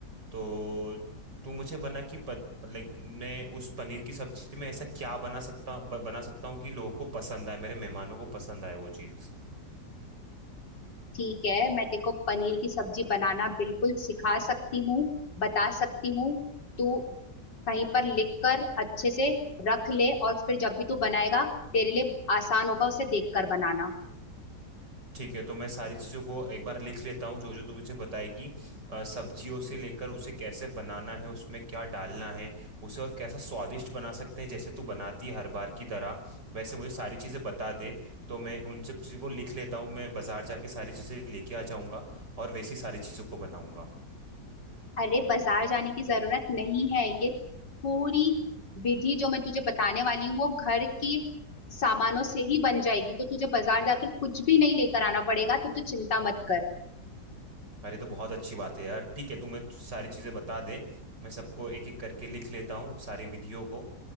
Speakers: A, on the right (about 80°); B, on the left (about 80°).
A: तो तू मुझे बना कि प- लाइक मैं उस पनीर की सब्जी में ऐसा क्या बना सकता ब, बना सकता हूँ कि लोगों को पसंद आए मेरे मेहमानों को पसंद आए वो चीज़
B: ठीक है मैं तेरे को पनीर की सब्जी बनाना बिल्कुल सिखा सकती हूँ बता सकती हूँ तू कहीं पर लिख कर अच्छे से रख ले और फिर जब भी तू बनाएगा तेरे लिए आसान होगा उसे देख कर बनाना
A: ठीक है तो मैं सारी चीज़ों को एक बार लिख लेता हूँ जो जो तू मुझे बताएगी अ, सब्जियों से लेकर उसे कैसे बनाना है उसमें क्या डालना है उसे और कैसा स्वादिष्ट बना सकते हैं जैसे तू बनाती है हर बार की तरह वैसे मुझे सारी चीज़ें बता दे तो मैं उन सब चीज़ों को लिख लेता हूँ मैं बाजार जाके सारी चीज़ें लेके आ जाऊंगा और वैसी सारी चीज़ों को बनाऊंगा
B: अरे बाजार जाने की जरूरत नहीं है ये पूरी विधि जो मैं तुझे बताने वाली हूँ वो घर की सामानों से ही बन जाएगी तो तुझे बाजार जाकर कुछ भी नहीं लेकर आना पड़ेगा तो तू चिंता मत कर
A: अरे तो बहुत अच्छी बात है यार ठीक है तू मैं सारी चीज़ें बता दे मैं सबको एक एक करके लिख लेता हूँ सारी विधियों को